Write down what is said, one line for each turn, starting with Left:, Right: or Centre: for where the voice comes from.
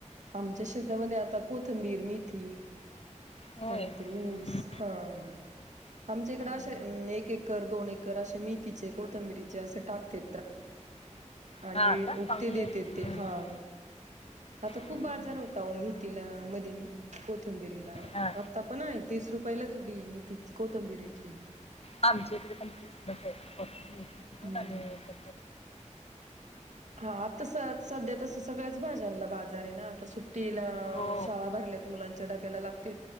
Right: आमच्या शेतामध्ये आता कोथंबीर मेथी
Left: होय
Right: त्यानंतर ऊस
Left: हम्म, हम्म.
Right: हां आमच्या इकडें
Left: हम्म.
Right: असे एक एकर दोन एकर असे मथीचे कोथंबिरीचे असे टाकते आणि
Left: हा का
Right: उकते
Left: चांगलं
Right: देते
Left: आहे ना.
Right: ते
Left: हम्म,
Right: हा आता खूप
Left: हम्म,
Right: बाजार
Left: हम्म.
Right: होता मेहतीला मध कोथंबिरीला
Left: हा
Right: आता पण आहे तीस रुपयालाचडी मी त कोथंबिरीची
Left: आमच्याकडे पण क्रिसमस आहे
Right: हम्म
Left: प
Right: हा आतास सध्या तस सगळ्याच भाज्या आणलं बाजार आहे ना आता सुट्टीला
Left: हो
Right: शाळा भरल्या मुलांच्या डब्याला लागते